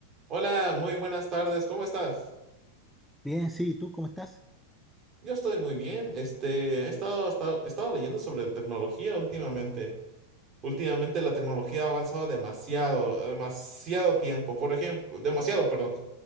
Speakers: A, on the right; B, in the centre.
A: Hola, muy buenas tardes, ¿cómo estás?
B: Bien, sí, ¿y tú cómo estás?
A: Yo estoy muy bien. Este, he estado, estado, he estado leyendo sobre tecnología últimamente. Últimamente la tecnología ha avanzado demasiado, demasiado tiempo. Por ejemplo, demasiado, perdón.